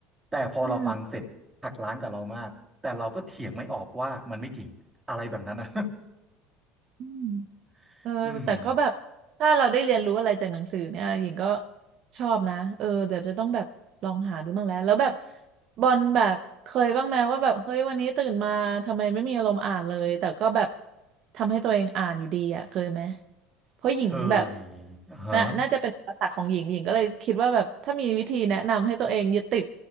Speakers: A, on the right; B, on the right.
A: แต่พอเราฟังเสร็จหักล้างกับเรามากแต่เราก็เถียงไม่ออกว่ามันไม่จริงอะไรแบบนั้นนะ
B: อืมอืม
A: <laughs>
B: เออแต่ก็แบบถ้าเราได้เรียนรู้อะไรจากหนังสือเนี่ยหญิงก็
A: อืม
B: ชอบนะเออเดี๋ยวจะต้องแบบลองหาดูบ้างแล้วแล้วแบบบอลแบบเคยบ้างไหมว่าแบบเฮ้ยวันนี้ตื่นมาทำไมไม่มีอารมณ์อ่านเลยแต่ก็แบบทำให้ตัวเองอ่านอยู่ดีอ่ะเคยไหมเพราะหญิงแบบ
A: เคยฮะ
B: น่าน่าจะเป็นอุปสรรคของหญิงหญิงก็เลยคิดว่าแบบถ้ามีวิธีแนะนำให้ตัวเองยึดติด